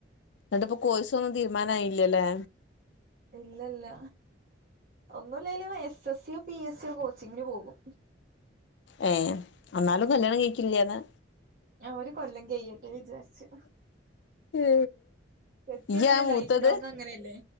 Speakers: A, on the left (about 75°); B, on the right (about 45°).
A: എന്നിട്ടിപ്പ കോഴസ് ഒന്നും തീരുമാനയില്ലല്ലേ
B: ഇല്ലല്ല ഒന്നില്ലെല്ലും എസ് എസ് സിയോ പി എസ് സിയോ കോച്ചിങ്ങിന് പോകും
A: ഏ എന്നാലും കല്യാണം
B: ഉം
A: കഴിക്കില്ലാന്നാ
B: ഒരു കൊല്ലം കയ്യട്ടെ വിചാരിച്ചു
A: ആ
B: കെട്ടിയ
A: ഇയ്യ
B: പിന്നെ
A: മൂത്തത്
B: ലൈഫ് ലോങ് അങ്ങനെയല്ലേ